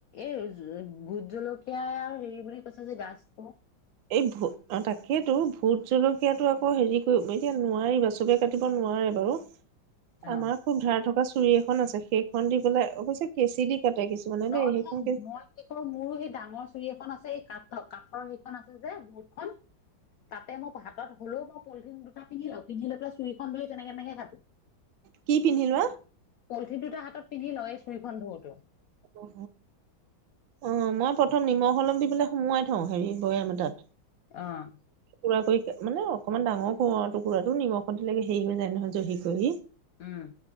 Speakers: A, on the left; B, on the right.
A: এই ভোট জলকীয়া আৰু হেৰি বুলি কৈছে যে গাছ টো
B: এই ভো তাকেইেতো ভোত জলকীয়াাতটো আকৌ হেৰি কৰিব এতিয়া নোৱাৰিবা চবে কাটিব নোৱাৰে বাৰু।
A: অ',
B: আমাৰ খুব ধাৰ থকা চুৰি এখন আছে সেইখন দি পেলাই অৱশ্যে কেঁচি দি কাটে কিছুমানে
A: ন
B: দেই সেইখন কেঁচি
A: মই কি কৰো মোৰো সেই ডাঙৰ চুৰি এখন আছে এই কাঠৰ কাঠৰ সেইখন আছে যে বহুতখন তাতে মই হাতত হ'লেও মই পলিথিন দুটা পিন্ধি লওঁ পিন্ধি লৈ প চুৰিীখন ধৰি তেনেকে তেনেকে কাটো।
B: কি পিন্ধিল বাা
A: পল্থিন দুটা হাতত পিন্ধি লয় চুইখন ধৰতে ও।
B: অ অ মই প্ৰথম নিমখ অলপ দি পেলাই সুমোৱাই থওঁ হেৰি বৈযাম এটাত।
A: অ',
B: পোৰা কৰি মানে অ অকণমান ডাঙৰ কৰো আৰু টুৰাটো নিমখত দিলে হেৰি হৈ যায় নহয় জহি কহি
A: উম।